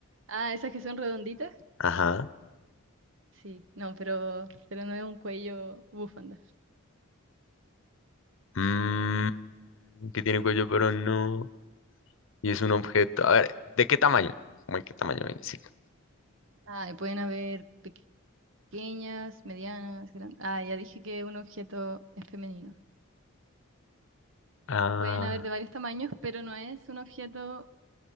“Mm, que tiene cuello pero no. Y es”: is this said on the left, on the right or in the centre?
Left